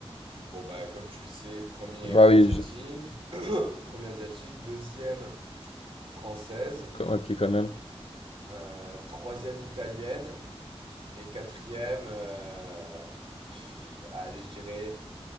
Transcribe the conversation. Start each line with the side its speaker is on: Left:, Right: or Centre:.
Right: Bon bah comme tu le sais, premier
Left: Bah
Right: asiatique,
Left: oui, je-
Right: premier asiatique, deuxième française,
Left: ok quand même.
Right: euh, troisième italienne et quatrième, euh, pff, allez je dirais